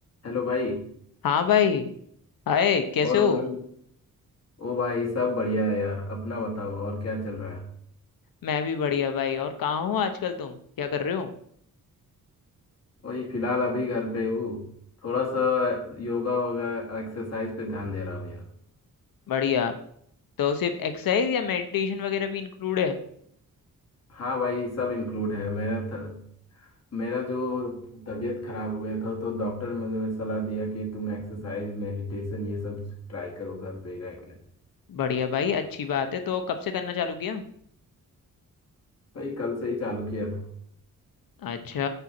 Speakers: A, on the left; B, on the left.
A: Hello भाई
B: हाँ भाई हाय कैसे
A: और
B: हो
A: भाई ओ भाई सब बढ़िया है यार अपना बताओ और क्या चल रहा है
B: मैं भी बढ़िया भाई और कहाँ हो आजकल तुम क्या कर रहे हो
A: वही फिलहाल अभी घर पे हूँ थोड़ा सा योगा वोगा एक्सरसाइज पे ध्यान दे रहा हूँ यार
B: बढ़िया तो सिर्फ एक्सरसाइज या मेडिटेशन वगैरह भी इंक्लूड है
A: हाँ भाई सब इंक्लूड है मेरा थ, मेरा जो तबीयत खराब हो गया था तो डॉक्टर ने मुझे सलाह दिया कि तुम एक्सरसाइज मेडिटेशन ये सब ट्राई करो घर पे ही रहकर
B: बढ़िया भाई अच्छी बात है तो कब से करना चालू किया
A: भाई कल से ही चालू किया था
B: अच्छा